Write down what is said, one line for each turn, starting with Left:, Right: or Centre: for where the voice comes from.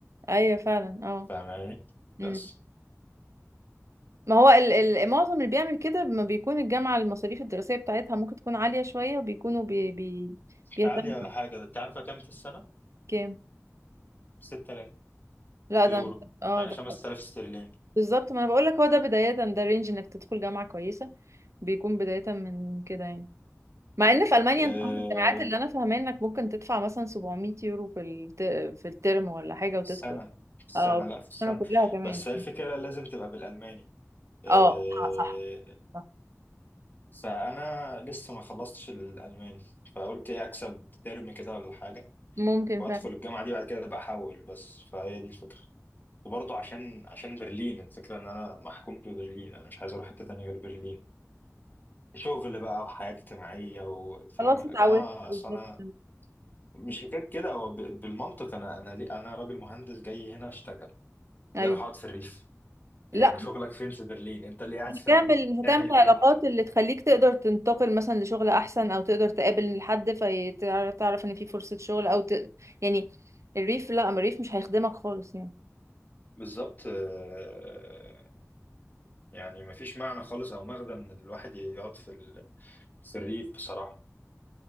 Right: أيوه فعلا اه
Left: فاهماني بس
Right: إمم. ما هو ال- ال- معظم اللي بيعمل كده ما بيكون الجامعة المصاريف الدراسية بتاعتها ممكن تكون عالية شوية وبيكونوا بي بي
Left: مش
Right: بيهتموا
Left: عالية ولا حاجة ده انت عارفة كام في السنة؟
Right: كام
Left: 6000
Right: لا ده
Left: يورو
Right: اه
Left: يعني
Right: ده
Left: 5000 استرليني
Right: بالظبط ما انا بقول لك هو ده بداية ده رينج انك تدخل جامعة كويسة بيكون بداية من كده يعني مع ان في المانيا
Left: آه،
Right: انت عارف الجامعات اللي انا فاهماه انك ممكن تدفع مثلا 700 يورو في الت... في الترم ولا حاجة وتدخل
Left: السنة في السنة
Right: اه
Left: لا في السنة
Right: السنة كلها كمان
Left: بس هي الفكرة لازم تبقى بالألماني إيه،
Right: اه آه، صح صح
Left: فأنا لسه ما خلصتش الألماني فقلت إيه أكسب ترم كده ولا حاجة
Right: ممكن
Left: وأدخل
Right: فعلا
Left: الجامعة دي بعد كده أبقى أحول بس فهي دي الفكرة وبرضه عشان عشان برلين الفكرة إن أنا محكوم ببرلين أنا مش عايز أروح حتة تانية غير برلين شغل بقى وحياة اجتماعية وفاهم
Right: خلاص
Left: لكن
Right: اتعودت
Left: أنا أصل
Right: بالظبط
Left: أنا مش حكاية كده هو ب- بالمنطق أنا أنا ليه أنا راجل مهندس جاي هنا أشتغل
Right: ايوه
Left: ليه أروح أقعد في الريف
Right: لا
Left: يعني شغلك فين في برلين انت اللي قاعد
Right: مش
Left: في
Right: هتعمل
Left: برلين <laughs>
Right: مش
Left: تعمل
Right: هتعمل العلاقات
Left: ايه
Right: اللي تخليك تقدر تنتقل مثلا لشغل احسن او تقدر تقابل حد فتعرف ان في فرصة شغل او ت... يعني الريف لا اما الريف مش هيخدمك خالص يعني
Left: بالظبط آه، يعني مفيش معنى خالص او مغزى من الواحد يقعد في ال- في الريف بصراحه